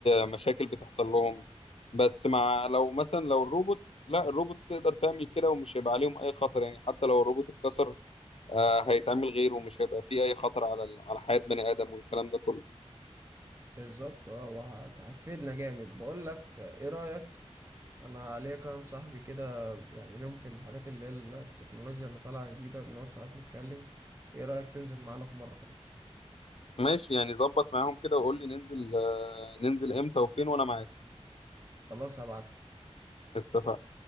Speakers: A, on the left (about 65°); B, on the right (about 25°).
A: مشاكل بتحصل لهم بس مع لو مثلا لو الروبوتس لا الروبوتس تقدر تعمل كده ومش هيبقى عليهم اي خطر يعني حتى لو الروبوت اتكسر آه هيتعمل غيره ومش هيبقى فيه اي خطر على ال- على حياة بني ادم والكلام ده كله
B: بالظبط اه وهت- هتفيدنا جامد بقول لك ايه رأيك انا عليا كام صاحبي كده يعني ليهم في الحاجات اللي هي التكنولوجيا اللي طالعة جديدة بنقعد ساعات نتكلم ايه رأيك تنزل معانا في مرة
A: ماشي يعني ظبط معاهم كده وقول لي ننزل آه ننزل امتى وفين وانا معاك
B: خلاص هبعتلك
A: اتفقنا